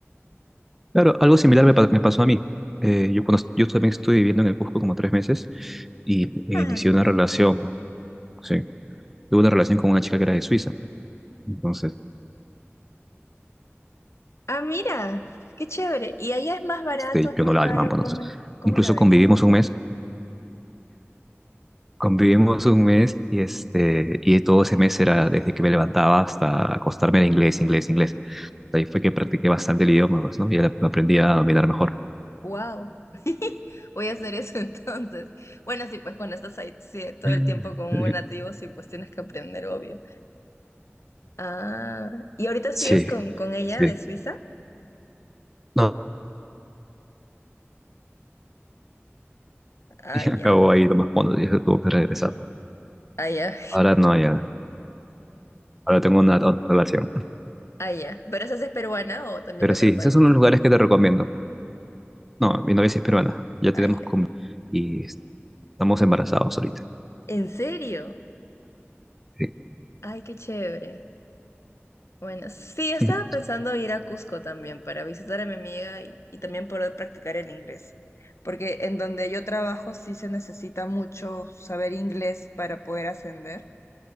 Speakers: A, in the centre; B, on the left.
A: Claro, algo similar me, pa- me pasó a mí. Eh, yo, cuando, yo también estuve viviendo en el Cusco como tres meses y eh,
B: ¿no?
A: inicié una relación, sí, tuve una relación con una chica que era de Suiza. Entonces,
B: Ah, mira, qué chévere. ¿Y allá es más barato,
A: este,
B: es
A: yo
B: más
A: no hablaba
B: caro?
A: alemán, bueno,
B: ¿Cómo,
A: entonces,
B: l- cómo
A: incluso
B: la ves?
A: convivimos un mes, convivimos un mes y, este, y todo ese mes era desde que me levantaba hasta acostarme era inglés, inglés, inglés. Ahí fue que practiqué bastante el idioma, pues, ¿no? Y ahora lo aprendí a dominar mejor.
B: Wow. <laughs> Voy a hacer eso <laughs> entonces. Bueno, sí, pues cuando estás ahí sí, todo
A: <laughs>
B: el tiempo con un nativo, sí, pues tienes que aprender, obvio. Ah, ¿y ahorita sigues
A: Sí,
B: con, con ella
A: sí.
B: de Suiza?
A: No, <laughs>
B: Ah,
A: y
B: ya,
A: acabó ahí nomás cuando ya se tuvo que regresar.
B: ah, ya,
A: Ahora no, ya, ahora tengo una otra relación.
B: ah, ya. ¿Pero esa sí es peruana o también
A: Pero
B: de otro
A: sí,
B: país?
A: esos son los lugares que te recomiendo. No, mi novia sí es peruana, ya
B: Ah,
A: tenemos
B: ya.
A: con... y estamos embarazados ahorita.
B: ¿En serio?
A: Sí.
B: Ay, qué chévere. Bueno, sí, estaba
A: Ujú.
B: pensando ir a Cusco también para visitar a mi amiga y, y también poder practicar el inglés, porque en donde yo trabajo sí se necesita mucho saber inglés para poder ascender,